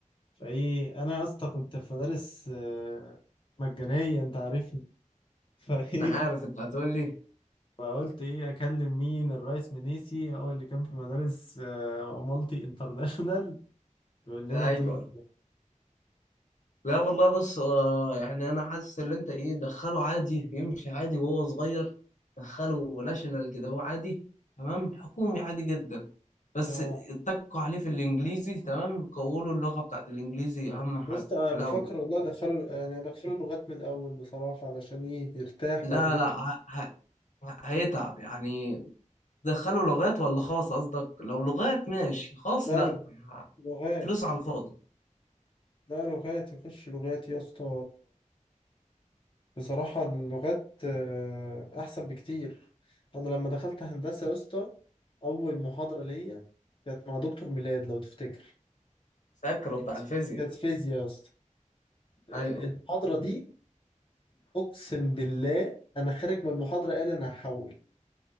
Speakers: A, on the left; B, on the left.
A: فايه انا يا اسطى كنت في مدارس آه، مجانية انت عارفني <laughs> فايه
B: انا عارف انت هتقول لي
A: فقلت ايه اكلم مين الرئيس منيسي هو اللي كان في مدارس آه، مالتي انترناشونال <laughs> يقول لنا
B: ايوه
A: الدنيا
B: لا والله بص آه، يعني انا حاسس ان انت ايه دخله عادي يمشي عادي وهو صغير دخله ناشونال كده هو عادي تمام حكومي عادي جدا بس
A: اه
B: اتكوا عليه في الانجليزي تمام قولوا اللغة بتاعت الانجليزي اهم حاجة
A: يا اسطى انا
B: في
A: بفكر
B: الاول
A: والله ادخله يعني ادخله لغات من الاول بصراحه علشان ايه يرتاح
B: لا
A: بعد كده
B: لا ه- ه- هيتعب يعني دخله لغات ولا خاص قصدك لو لغات ماشي خاص
A: لا
B: لا
A: لا لغات
B: فلوس على الفاضي
A: لا لغات يخش لغات يا اسطى بصراحة اللغات آه، أحسن بكتير أنا لما دخلت هندسة يا اسطى أول محاضرة ليا كانت مع دكتور ميلاد لو تفتكر
B: فاكره
A: كانت
B: بتاع الفيزياء
A: كانت فيزياء يا اسطى آه،
B: ايوه
A: المحاضرة دي أقسم بالله أنا خارج من المحاضرة قال أنا هحول